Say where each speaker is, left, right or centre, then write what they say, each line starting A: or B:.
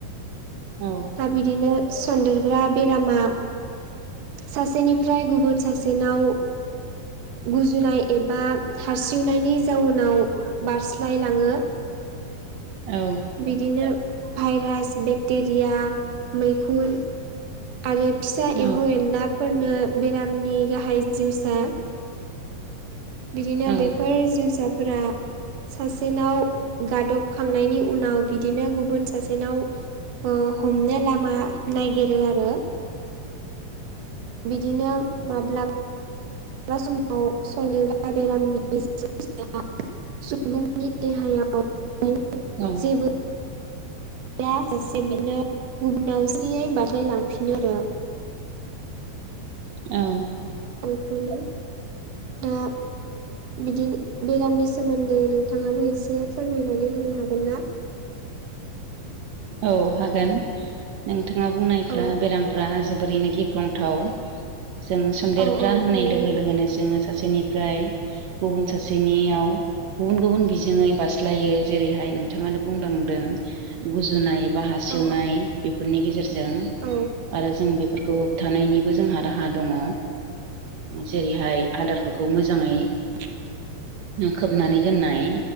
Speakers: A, on the right (about 85°); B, on the right (about 65°).
A: औ
B: दा बिदिनो सन्देरग्रा बेरामा सासेनिफ्राय गुबुन सासेनाव गुजुनाय एबा हारसिवनायनि जाउनाव बारस्लायलाङो
A: औ
B: बिदिनो भाइरास बेक्टेरिया मैखुन आरो फिसा
A: औ
B: एम्फौ एनलाफोरनो बेरामनि गाहाय जिउसा बिदिनो
A: औ
B: बेफोर जिउसाफोरा सासेनाव गादबखांनायनि उनाव बिदिनो गुबुन सासेनाव हमनो लामा नागिर नो आरो बिदिनो माब्ला बा समाव सन्देग्रा बेरामनि जिउसाया सुबुंनि देहायाव <unintelligible>
A: औ
B: जेबो दा सासे बिदिनो गुबुननाव सिरियै बारस्लाय लांफिन आरो
A: औ
B: बेखिनि दा बिदि बेरामनि सोमोन्दै नोंथाङाबो एसे फोरमायनानै होनो हागोन ना
A: औ हागोन नोंथाङा बुंनायफ्रा
B: औ
A: बेरामफ्रा जोबोरैनो गिख्रंथाव जों सनदेरग्रा
B: औ औ
A: होननाय
B: नंगौ
A: लोगो लोगोनो जोङो सासेनिफ्राय गुबुन सासेनियाव गुबुन गुबुन बिजोङै बास्लायो जेरैहाय नोंथाङानो बुंदांदों गुजुनाय बा हा
B: औ
A: सेवनाय बेफोरनि गेजेरजों
B: औ
A: आरो जों बेफोरखौ होबथानायनिबो जोंहा राहा दङ जेरैहाय आदारफोरखौ मोजाङै
B: <unintelligible>
A: खोबनानै दोननाय